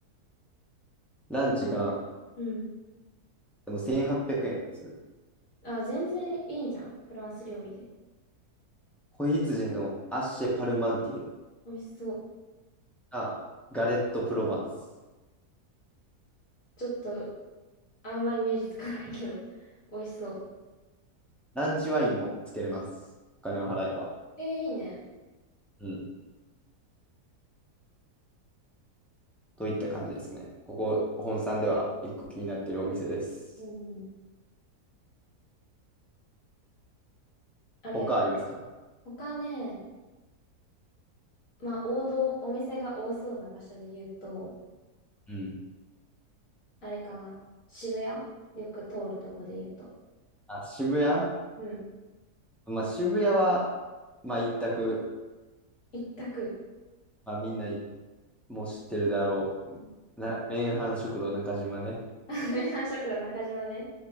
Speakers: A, in the centre; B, on the left.
A: ランチが、
B: うん。うん
A: でも1800円する。
B: あ、全然いいんじゃん。フランス料理で。
A: 子羊のアッシェパルマンティエ
B: 美味しそう。
A: が、ガレットプロヴァンス。
B: ちょっと、あんまイメージつかないけど。美味しそう。
A: ランチワインもつけれます。お金を払えば。
B: えー、いいね。
A: うん。といった感じですね。ここ、本さんでは一個気になってるお店です。
B: うんうん。ありがとう。
A: 他ありますか
B: 他ね、まあ、王道、お店が多そうな場所で言うと、
A: うん。
B: あれかな。渋谷よく通るとこで言うと。
A: あ、渋谷
B: うん。
A: まあ渋谷は、まあ一択、
B: 一択。
A: まあみんな行もう知ってるだろう。
B: うん
A: な、麺飯食堂中島ね。
B: <laughs> 名阪食堂中島ね。